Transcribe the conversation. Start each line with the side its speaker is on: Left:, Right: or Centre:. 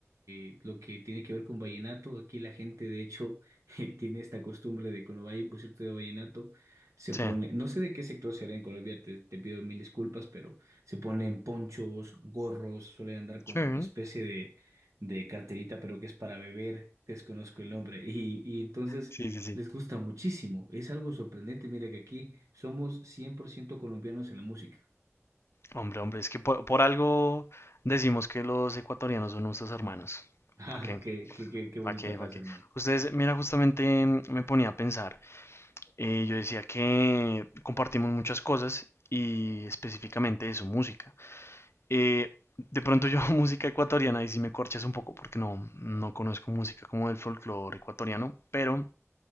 Right: eh, lo que tiene que ver con vallenato. Aquí la gente, de hecho, <laughs> eh, tiene esta costumbre de cuando hay un concierto de vallenato, se
Left: Sí.
Right: pone, no sé de qué sector será en Colombia, te, te pido mil disculpas, pero se ponen ponchos, gorros, suelen andar con
Left: Sí.
Right: especie de, de carterita, pero que es para beber, desconozco el nombre. Y, y entonces
Left: Sí, sí, sí.
Right: les gusta muchísimo. Es algo sorprendente. Mira que aquí somos 100% colombianos en la música. <laughs>
Left: Hombre, hombre, es que por, por algo decimos que los ecuatorianos son nuestros hermanos.
Right: Ah,
Left: ¿Para qué?
Right: qué, qué, qué, qué bonita
Left: ¿Para qué?
Right: frase,
Left: ¿Para qué?
Right: hermano.
Left: Ustedes, mira, justamente mm, me ponía a pensar. Eh, yo decía que compartimos muchas cosas y específicamente eso, música. Eh, de pronto yo <laughs> música ecuatoriana y si me corchas un poco porque no, no conozco música como del folclore ecuatoriano, pero